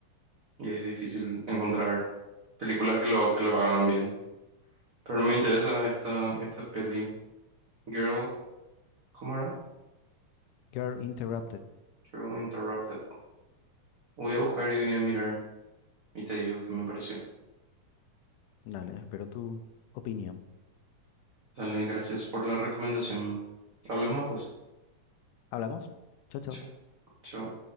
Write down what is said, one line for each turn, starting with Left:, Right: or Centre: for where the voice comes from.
Right: Y es difícil encontrar películas que lo, que lo hagan bien. Pero me interesa esta, esta peli. Girl, ¿cómo era?
Left: You're interrupted.
Right: Girl Interrupted. Voy a buscar y voy a mirar. Y te digo qué me pareció.
Left: Dale, espero tu opinión.
Right: Dale, gracias por la recomendación. Hablamos pues.
Left: Hablamos. Chao, chao.
Right: Chao, chao.